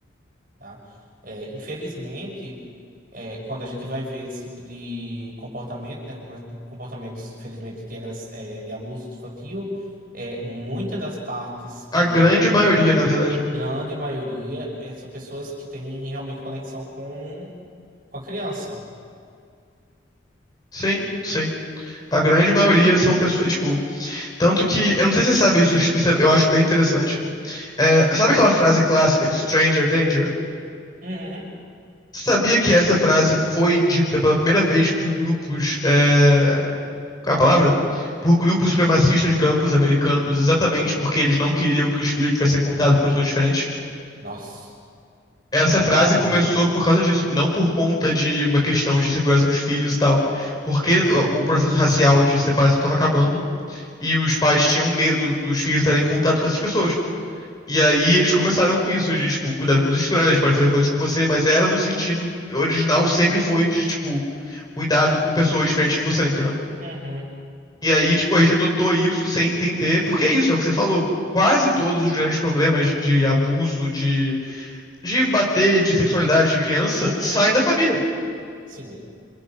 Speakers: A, on the right; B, on the left.
A: tá? É, infelizmente, é, quando a gente vai ver esse tipo de comportamento, né? como- é, Comportamentos, infelizmente, de, agress- é, de abuso infantil, é, muitas das partes que...
B: A grande maioria, na verdade.
A: Grande maioria é, são pessoas que têm realmente conexão com, com a criança.
B: Sim, sim. A grande maioria são pessoas, tipo, tanto que, eu não sei se você sabe isso, isso é- eu acho bem interessante. É, sabe aquela frase clássica, Stranger Danger?
A: Uhum.
B: Sabia que essa frase foi dita pela primeira vez por grupos. É... Qual é a palavra? Por grupos supremacistas brancos americanos, exatamente porque eles não queriam que os filhos tivessem contato com pessoas diferentes.
A: Nossa.
B: Essa frase
A: Claro,
B: começou
A: né?
B: por causa disso, não por conta de uma questão de segurança dos filhos e tal, porque
A: Uhum,
B: o o processo racial de separação estava acabando e os pais tinham medo dos filhos estarem em contato com essas pessoas. E aí eles começaram com isso, de, tipo, cuidado com os estranhos, eles podem fazer coisas com você, mas era no sentido original, sempre foi de, tipo, cuidado com pessoas diferentes de você, entendeu?
A: uhum,
B: E aí, tipo, a gente adotou isso sem entender, porque é isso, é o que você falou. Quase todos os grandes problemas de abuso, de, de bater, de sexualidade de criança,
A: uhum,
B: saem da família.
A: sim,